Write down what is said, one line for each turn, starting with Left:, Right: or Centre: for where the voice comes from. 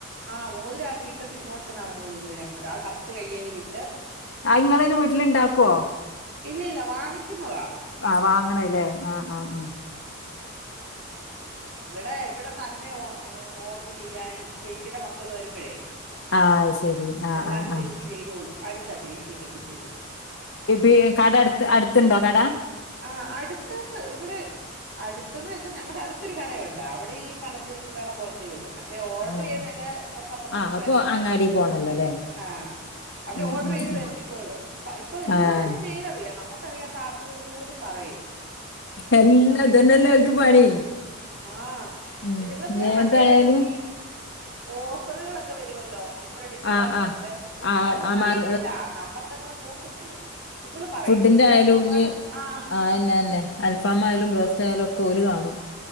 Right: ആഹ് മോതിരാക്കിട്ട് തിന്നോണ്ട് നടന്നോളു <unintelligible> അങ്ങോട്ട്, ആ പത്ത് കയ്യേല് വിട്ട്.
Left: അയിങ്ങളയിന് വീട്ടിലിണ്ടാക്കോ
Right: ഇല്ല ഇല്ല വാങ്ങിക്കുന്നതാ
Left: ആ വാങ്ങണതല്ലേ ആ ആ ആ
Right: <inaudible> ഇവിടെ ഇവിടെ തന്നെ ഒ ഓ ഓർഡർ ചെയ്യാനും ചേച്ചിയുടെ മക്കള് വരുമ്പൊഴേ
Left: ആഹ് അത് ശരി ആഹ്
Right: എല്ലാം
Left: ആഹ്
Right: കൂടി
Left: ആഹ്
Right: ഇരുന്ന് ചെയ്തോളും അടുത്താ ചേച്ചിയെ കെട്ടിച്ചേടത്ത്
Left: ഈ കട അടുത്ത് അടുത്ത്ണ്ടോ കട
Right: ആ അടുത്ത് ഇവിടെ അടുത്തന്ന് വെച്ചാൽ ഞങ്ങടെ അടുത്തൊരു കടയുണ്ട് അവിടെ ഈ പലചരക്ക് കട പോലത്തേ ഉള്ളൂ മ റ്റേ ഓർഡർ
Left: ആഹ്
Right: ചെയ്യുന്നൊക്കെ കൊറച്ചപ്പുറത്തൂന്ന്
Left: ആഹ് അപ്പൊ
Right: വരണം
Left: അങ്ങാടി പോണല്ലോല്ലേ
Right: ആ അവര്
Left: ഉം
Right: ഓർഡർ
Left: ഉം
Right: ചെയ്ത്
Left: ഉം
Right: വരുത്തിക്കോളും അപ്പ ഇപ്പൊ എല്ലാത്തിന്റെ
Left: ആഹ്
Right: പേരറിയാം നമുക്കറിയാത്ത ആപ്പുകൾ പോലും പറയും
Left: എല്ല
Right: വന്നിട്ട്
Left: ഇതന്നെല്ലെ ഓൽക്ക് പണി
Right: ആ
Left: ഉം
Right: ഇതുങ്ങക്ക്
Left: ഇഞ്ഞ്
Right: മറ്റേ
Left: ഏതായാലും
Right: ഈ ഓഫറുകളൊക്കെ വരുവല്ലോ ഇത്ര ഡിസ്കൗണ്ട്
Left: ആഹ് ആഹ്
Right: ഉണ്ട്
Left: ആഹ്
Right: നമ്മക്കറിയത്തില്ല
Left: ആ മാർ
Right: നമ്മളങ്ങനെ നോക്കുന്നില്ലല്ലോ ഇതുങ്ങൾ പറയും
Left: ഫുഡിന്റെ
Right: ഇരുപത്
Left: ആയാലും
Right: ശതമാനം
Left: ഇഞ്ഞ്
Right: ആ
Left: ആഹ് അയെന്നെന്നെ അൽഫാം
Right: ആ
Left: ആയാലും ബ്രോസ്റ്റ് ആയാലും ഒക്കെ ഓല് കാണും